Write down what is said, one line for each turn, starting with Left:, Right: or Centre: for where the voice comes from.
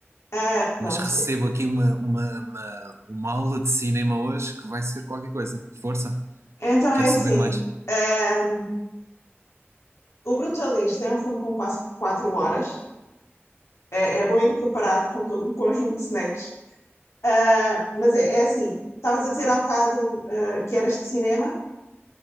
Left: Ah,
Right: Mas
Left: pronto.
Right: recebo aqui uma, uma, uma, uma aula de cinema hoje que vai ser qualquer coisa. Força,
Left: Então é
Right: quero
Left: assim:
Right: saber mais.
Left: ah, o Brutalista é um filme com quase 4 horas. É, é bom ir preparado com todo um conjunto de snacks. Ah, mas é, é assim: estavas a dizer há bocado ah, que eras de cinema.